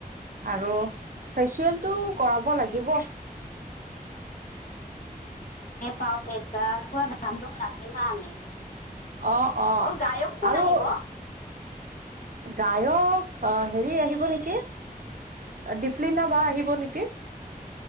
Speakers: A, on the right; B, on the left.
A: আৰু ফেচিয়েলতটো কৰাব লাগিব
B: পাৱ ফেচাচ পৰা নাচিম হা আমি
A: অ অ
B: গায়ক কোন
A: আৰু
B: আহিব?
A: গায়ক অ হেৰি আহিব নেকি? দিপ্লিনা বা আহিব নেকি?